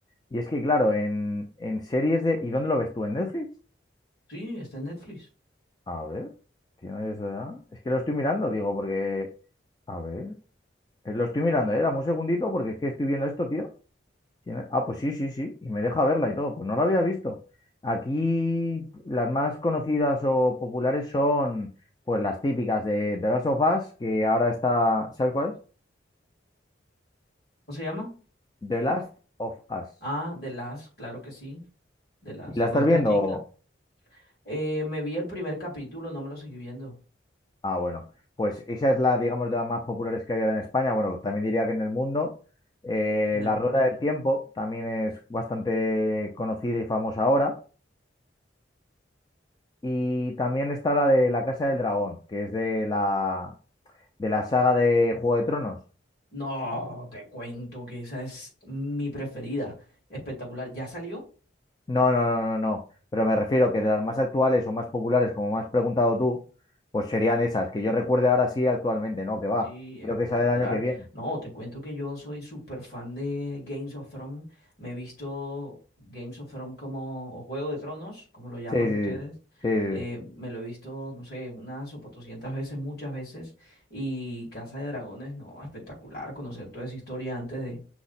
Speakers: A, on the left (about 20°); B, on the left (about 55°).
A: y es que claro, en, en series de... ¿Y dónde lo ves tú? ¿En Netflix?
B: Sí, está en Netflix.
A: A ver, si no hay eso ya. Es que lo estoy mirando, digo, porque... A ver, eh, lo estoy mirando, eh, dame un segundito porque es que estoy viendo esto, tío. Tiene- Ah, pues sí, sí, sí, y me deja verla y todo, pues no la había visto. Aquí las más conocidas o populares son, pues las típicas de The Last of Us, que ahora está, ¿sabes cuál es?
B: ¿Cómo se llama?
A: The Last of Us.
B: Ah, The Last, claro que sí, The Last,
A: ¿Y la
B: con
A: estás
B: esta
A: viendo?
B: chica. Eh, me vi el primer capítulo, no me lo seguí viendo
A: Ah, bueno, pues esa es la, digamos, de las más populares que hay ahora en España. Bueno, también diría que en el mundo. Eh,
B: en
A: La
B: el
A: Rueda
B: mundo.
A: del Tiempo también es bastante conocida y famosa ahora. Y también está la de La Casa del Dragón, que es de la, de la saga de Juego de Tronos.
B: No, te cuento que esa es mi preferida. Espectacular. ¿Ya salió?
A: No, no, no, no, no. Pero me refiero que de las más actuales o más populares, como me has preguntado tú, pues serían esas, que yo recuerde ahora sí actualmente, ¿no? Que va.
B: Sí,
A: Creo
B: espectacular.
A: que sale el año que viene.
B: No, te cuento que yo soy súper fan de Games of Thrones. Me he visto Games of Thrones como, o Juego de Tronos, como lo llaman
A: Sí, sí,
B: ustedes.
A: sí. Sí, sí.
B: Eh,
A: sí.
B: me lo he visto, no sé, unas o 400 veces, muchas veces. Y Casa de Dragones, no, espectacular. Conocer toda esa historia antes de,